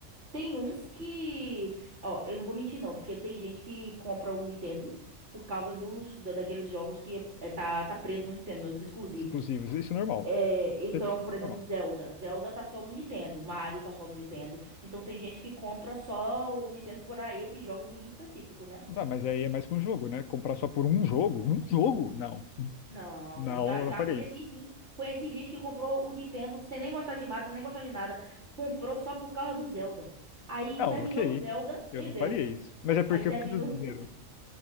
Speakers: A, on the right; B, on the left.
A: Tem uns que. Ó, eu não vou mentir, não. Porque tem gente que compra o Nintendo por causa dos, da- daqueles jogos que é, é- tá, tá preso no Nintendo, dos exclusivos.
B: exclusivos. Isso é normal.
A: É, então,
B: Sempre foi
A: por exemplo,
B: normal.
A: Zelda. Zelda tá só no Nintendo, Mario tá só no Nintendo. Então tem gente que compra só o Nintendo por para esses jogos em específico, né?
B: Não, mas aí é mais que um jogo, né? Comprar só por um jogo? Um jogo? Não.
A: Não,
B: Não,
A: já,
B: eu
A: já
B: não faria
A: conheci
B: isso.
A: sim. Conheci gente que comprou o Nintendo sem nem gostar de Mario, sem nem gostar de nada. Comprou só por causa do Zelda. Aí
B: Não,
A: terminou
B: ok.
A: o Zelda,
B: Eu
A: vendeu.
B: não faria isso. Mas é porque
A: Aí terminou.
B: o que eu tô dizendo?
A: <laughs>